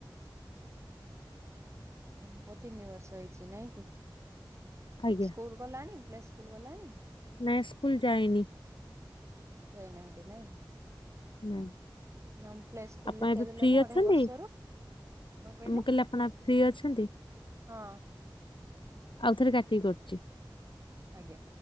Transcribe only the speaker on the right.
ହଁ ତମ ପୁଅ ତିନି ବର୍ଷ ହେଇଛି ନାଇଁ କି
ସ୍କୁଲ ଗଲାଣି ପ୍ଲେ ସ୍କୁଲ ଗଲାଣି?
ଯାଇନାହାନ୍ତି ନାଇଁ।
ନମ ପ୍ଲେ ସ୍କୁଲ
ଲେଖେଇଦେଲେନି
ଅଢେଇ ବର୍ଷରୁ କଣ କହିଲେ
ହଁ।
ଆଜ୍ଞା।